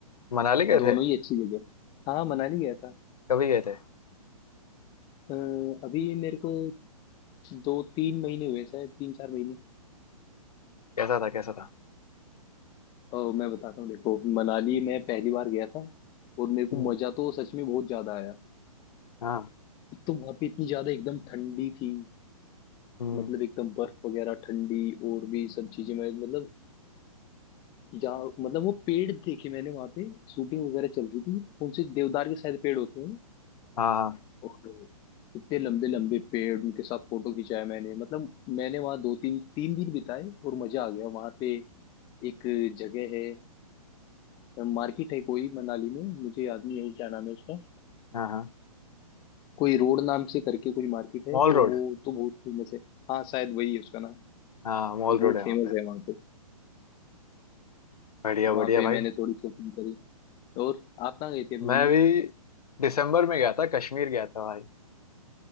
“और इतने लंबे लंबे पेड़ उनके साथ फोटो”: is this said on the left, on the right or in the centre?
Left